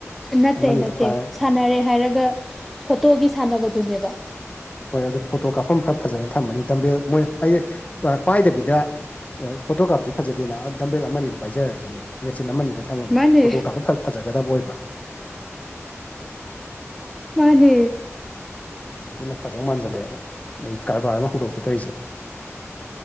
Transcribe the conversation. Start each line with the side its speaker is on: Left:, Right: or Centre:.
Centre: ꯅꯠꯇꯦ
Left: ꯑꯃꯅꯤꯗ
Centre: ꯅꯠꯇꯦ
Left: ꯄꯥꯏꯔꯒ
Centre: ꯁꯥꯟꯅꯔꯦ ꯍꯥꯏꯔꯒ ꯐꯣꯇꯣꯒꯤ ꯁꯥꯟꯅꯕꯗꯨꯅꯦꯕ
Left: ꯍꯣꯏ ꯑꯗꯨ ꯐꯣꯇꯣ ꯀꯥꯞꯐꯝ ꯈꯔ ꯐꯖꯅ ꯊꯝꯃꯅꯤ ꯗꯝꯕꯦꯜ ꯃꯣꯏ ꯄꯥꯏꯗꯕꯤꯗ ꯐꯣꯇꯣ ꯀꯥꯞꯕꯗꯤ ꯐꯖꯗꯦꯅ ꯗꯝꯕꯦꯜ ꯑꯃ ꯑꯅꯤꯗꯤ ꯄꯥꯏꯖꯔꯁꯅꯤ ꯃꯦꯆꯤꯟ ꯑꯃ ꯑꯅꯤꯒ ꯊꯥꯃꯥꯝꯃꯒꯦ
Centre: ꯃꯥꯅꯦ
Left: ꯐꯣꯇꯣ ꯀꯥꯞꯄ ꯐꯖꯒꯗꯕ ꯑꯣꯏꯕꯥ
Centre: ꯃꯥꯅꯦ
Left: ꯑꯗꯨꯅ ꯐꯗꯧ ꯃꯥꯟꯖꯜꯂꯛꯑꯦ ꯑꯩ ꯀꯔꯕꯥꯔ ꯑꯃ ꯍꯧꯗꯣꯛꯀꯦ ꯇꯧꯔꯤꯁꯦ